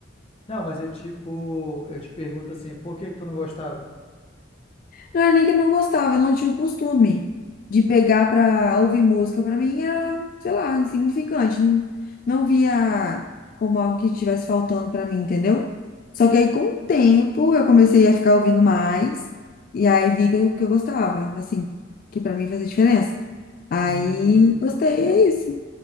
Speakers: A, on the left (about 30°); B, on the left (about 45°).
A: Não, mas eu tipo, eu te pergunto assim, por que que tu não gostava?
B: Não era nem que eu não gostava, eu não tinha o costume de pegar pra ouvir música. Pra mim era, sei lá, insignificante. Não, não via como algo que estivesse faltando pra mim, entendeu? Só que aí com o tempo eu comecei a ficar ouvindo mais. E aí vi que eu que eu gostava, assim, que pra mim fazia diferença. Aí
A: Hum,
B: gostei, é isso.